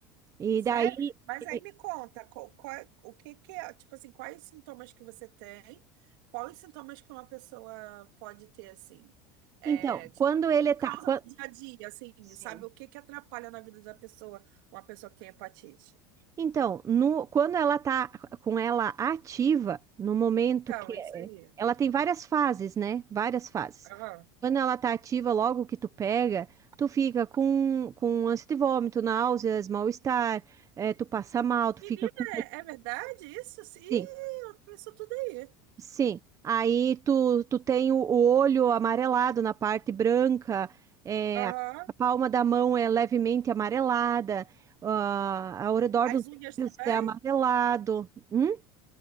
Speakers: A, on the right (about 30°); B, on the right (about 75°).
A: E
B: Sério?
A: daí,
B: Mas
A: e-
B: aí me conta, co- qual- o que que é, tipo assim, quais os sintomas que você tem? Quais os sintomas que uma pessoa pode ter, assim? É,
A: então,
B: tipo,
A: quando ele
B: que causa
A: tá, quan-
B: no dia a dia, assim,
A: Sim.
B: sabe? O que que atrapalha na vida da pessoa, uma pessoa que tem hepatite?
A: Então, no, quando ela tá com ela ativa, no momento
B: Então,
A: que
B: é
A: é,
B: isso aí.
A: ela tem várias fases, né? Várias fases.
B: Aham.
A: Quando ela tá ativa, logo que tu pega, tu fica com, com ânsia de vômito, náuseas, mal-estar, eh, tu passa mal, tu
B: Menina,
A: fica com
B: é é verdade isso? Sim, eu
A: Sim,
B: tenho isso tudo aí.
A: sim. Aí tu, tu tem o o olho amarelado na parte branca, é,
B: Aham.
A: a palma da mão é levemente amarelada, ah, ao redor
B: As
A: dos
B: unhas
A: olhos
B: também?
A: é amarelado. Hum?